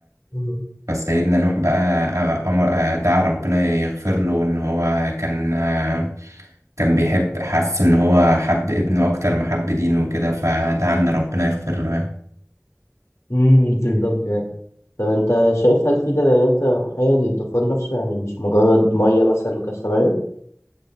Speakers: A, on the left; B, on the right.
A: مم.
B: فسيدنا نوح بقى آه، أمر آه، دعا ربنا يغفر له إن هو كان آه، كان بيحب حس ان هو حب ابنه اكتر ما حب دينه وكده فدعا ان ربنا يغفر له يعني
A: امم بالظبط يعني طب انت شايف هل في دلالات روحية للطوفان نفسه يعني مش مجرد مية مثلا وكسر مية